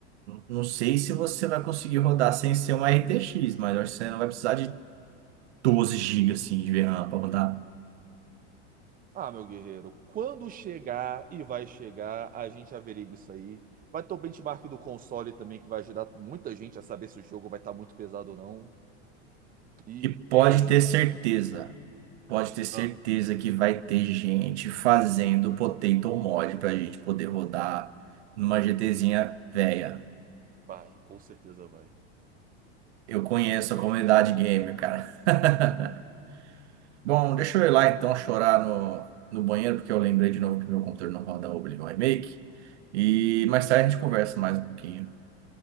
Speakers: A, on the right; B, on the right.
A: Não sei se você vai conseguir rodar sem ser uma RTX, mas eu acho que você não vai precisar de 12 GB assim, de RAM para rodar.
B: Ah, meu guerreiro, quando chegar e vai chegar, a gente averigua isso aí. Vai ter o benchmark do console também, que vai ajudar muita gente a saber se o jogo vai estar muito pesado ou não. E
A: E pode
B: é isso.
A: ter certeza, pode ter certeza
B: Ah,
A: que vai ter gente fazendo potato mod para a gente poder rodar
B: vai,
A: numa
B: vai,
A: GTzinha velha.
B: vai, com certeza vai.
A: Eu conheço a comunidade gamer, cara. <laughs> Bom, deixa eu ir lá então chorar no, no banheiro, porque eu lembrei de novo que meu computador não roda Oblivion Remake. E mais tarde a gente conversa mais um pouquinho,